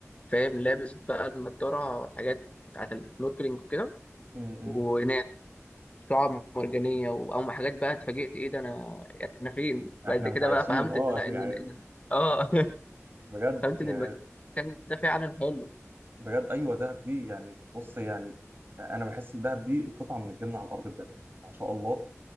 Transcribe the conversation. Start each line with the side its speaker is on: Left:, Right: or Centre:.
Left: فاهم لابس بقى النضاره والحاجات بتاعت السنوركلينج وكده
Right: امم
Left: ونام. شعاب مرجانيه و- او حاجات بقى اتفاجئت ايه ده انا انا فين بعد
Right: احنا
Left: كده
Right: مش عايشين
Left: بقى فهمت
Right: اه
Left: ان لا ان
Right: <laughs> يعني
Left: ان اه <laughs>
Right: بجد
Left: فهمت
Right: يعني
Left: ان المكان ده فعلا حلو
Right: بجد ايوه دهب دي يعني بص يعني انا بحس ان دهب دي قطعه من الجنه على الارض بجد يعني ما شاء الله